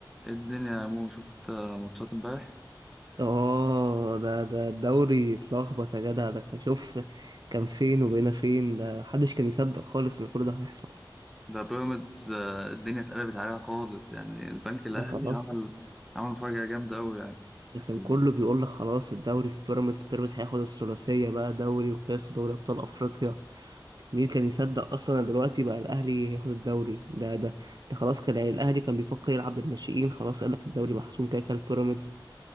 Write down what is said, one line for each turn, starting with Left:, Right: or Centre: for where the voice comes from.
Centre: إيه الدنيا يا مو شفت آه، ماتشات امبارح
Right: اه ده ده الدوري اتلخبط يا جدع ده كان شوف كان فين وبقينا فين ده محدش كان يصدق خالص ان كل ده هيحصل
Centre: ده بيراميدز آه، الدنيا اتقلبت عليها خالص يعني البنك الاهلي
Right: ده خلاص
Centre: عمل عمل مفاجأة جامدة قوي يعني
Right: ده كان
Centre: ال-
Right: كله بيقول لك خلاص الدوري في بيراميدز بيراميدز هياخد الثلاثية بقى دوري وكاس ودوري ابطال افريقيا مين كان يصدق اصلا إن دلوقتي بقى الاهلي هياخد الدوري ده ده ده خلاص كان يعني الاهلي كان بيفكر يلعب بالناشئين خلاص قال لك الدوري محسوم كده كده لبيراميدز